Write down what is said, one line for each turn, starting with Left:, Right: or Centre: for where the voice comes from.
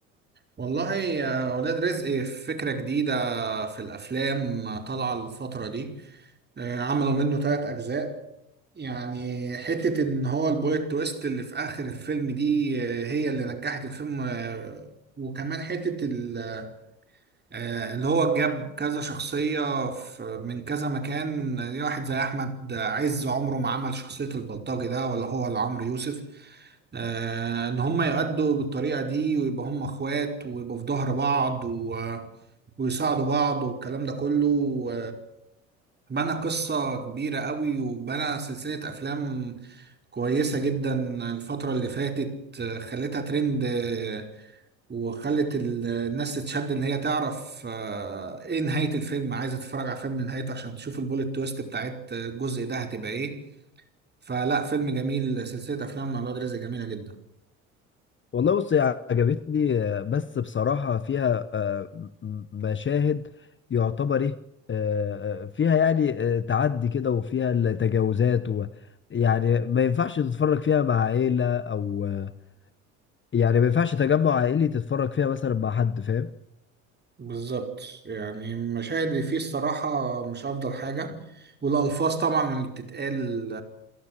Right: والله يا ولاد رزق فكرة جديدة في الافلام طالعه الفتره دي آه، عملوا منه ثلاث اجزاء يعني حته ان هو البوليت تويست اللي في اخر الفيلم دي آه، هي اللي نجحت الفيلم آه، وكمان حته ال- آه، اللي هو جاب كذا شخصيه في من كذا مكان يعني واحد زي احمد عز عمره ما عمل شخصيه البلطجي ده ولا هو ولا عمرو يوسف آه، ان هم يؤدوا بالطريقه دي ويبقى هم اخوات ويبقوا في ظهر بعض و ويساعدوا بعض والكلام ده كله بنى قصة كبيرة قوي وبنى سلسلة أفلام كويسة جدا الفترة اللي فاتت آه، خلتها ترند آه، وخلت ال- الناس تتشد إن هي تعرف آه، إيه نهاية الفيلم عايزة تتفرج على فيلم نهايته عشان تشوف البوليت تويست بتاعت الجزء ده هتبقى إيه فلا فيلم جميل سلسلة أفلام مع الواد رزق جميلة جدا
Left: والله بص هي عجبتني آه، بس بصراحة فيها آه، م- مشاهد يعتبر ايه آه، آه، فيها يعني آه، تعدي كده وفيها التجاوزات و يعني ما ينفعش تتفرج فيها مع عيلة أو آه، يعني ما ينفعش تجمع عائلي تتفرج فيها مثلا مع حد فاهم؟
Right: بالظبط يعني المشاهد اللي فيه الصراحة مش أفضل حاجة والألفاظ طبعا اللي بتتقال